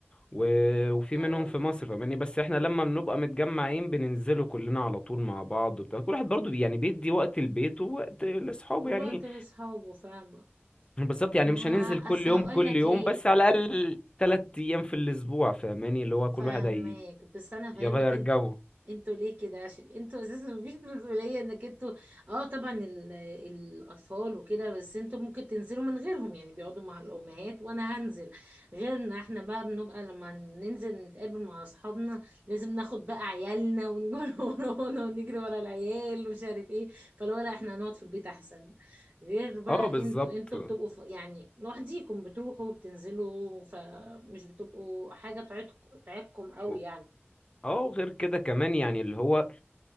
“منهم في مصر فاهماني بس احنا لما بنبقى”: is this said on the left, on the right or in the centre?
Left